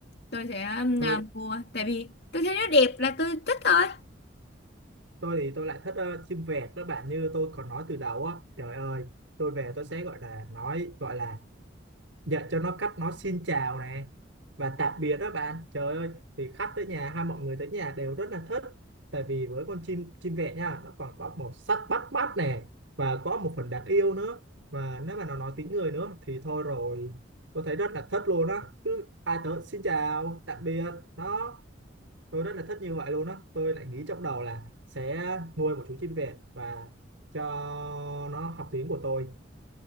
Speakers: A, on the left (about 60°); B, on the right (about 85°).
A: Tôi sẽ
B: Tôi
A: ờ, mua tại vì tôi thấy nó đẹp là tôi thích thôi.
B: tôi thì tôi lại thích ờ, chim vẹt đó bạn như tôi còn nói từ đầu á trời ơi tôi về tôi sẽ gọi là nói gọi là dạy cho nó cách nói xin chào này và tạm biệt đó bạn trời ơi thì khách tới nhà hay mọi người tới nhà đều rất là thích tại vì với con chim chim vẹt nha nó còn có màu sắc bắt mắt nè và có một phần đáng yêu nữa và nếu mà nó nói tiếng người nữa thì thôi rồi tôi thấy rất là thích luôn á cứ ai tới xin chào tạm biệt nó tôi rất là thích như vậy luôn á tôi lại nghĩ trong đầu là sẽ nuôi một chú chim vẹt và cho nó học tiếng của tôi